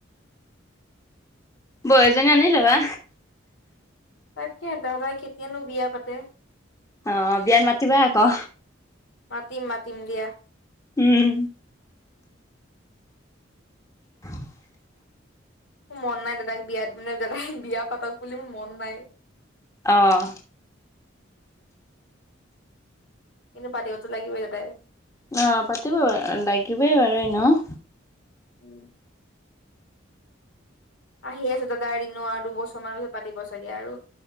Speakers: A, on the left; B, on the left.
A: বোৱাৰী এজনী আনি লবা।
B: তাকে দাদাই কেতিয়ানো বিয়া পাতে।
A: অ বিয়াত মাতিবা আকৌ।
B: মাতিম মাতিম দিয়া।
A: উম। <unintelligible>
B: মোৰ মন নাই দাদাক বিয়া দাদাই বিয়া পাতক বুলি মোৰ মন নাই।
A: অহ।
B: কিন্তু পাতিবতো লাগিবই তাতে।
A: অহ পাতিব লাগিবই বাৰু ন।
B: উম। আহি আছে দাদা এ দিনো আৰু দুবছৰমানৰ পিছত পাতিব চাগে আৰু।